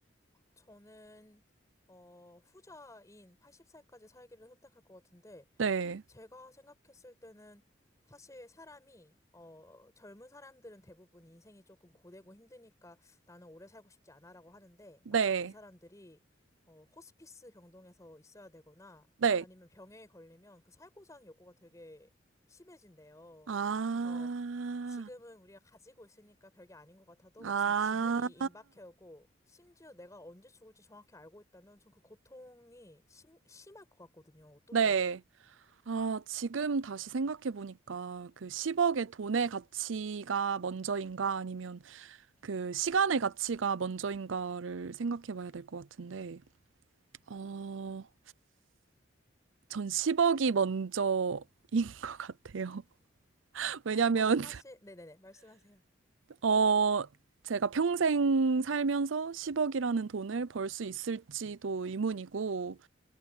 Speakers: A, on the left; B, on the right.
A: 저는, 어, 후자인 80살까지 살기를 선택할 것 같은데,
B: 네,
A: 제가 생각했을 때는 사실 사람이, 어, 젊은 사람들은 대부분 인생이 조금 고되고 힘드니까 나는 오래 살고 싶지 않아라고 하는데
B: 네,
A: 막상 그 사람들이, 어, 호스피스 병동에서 있어야 되거나
B: 네.
A: 아니면 병에 걸리면 그 살고자 하는 욕구가 되게 심해진대요.
B: 아,
A: 그래서 지금은 우리가 가지고 있으니까 별게 아닌 것 같아도
B: 아,
A: 막상 죽음이 임박해오고 심지어 내가 언제 죽을지 정확히 알고 있다면 전 그 고통이 심, 심할 것 같거든요. 어떠세요?
B: 네. 아, 지금 다시 생각해보니까 그 10억의 돈의 가치가 먼저인가 아니면 그 시간의 가치가 먼저인가를 생각해봐야 될 것 같은데, 어, 전 10억이 먼저인 <laughs> 것 같아요. <laughs> 왜냐면,
A: 아, 근데 사실, 네네네, 말씀하세요.
B: 어, 제가 평생 살면서 10억이라는 돈을 벌 수 있을지도 의문이고,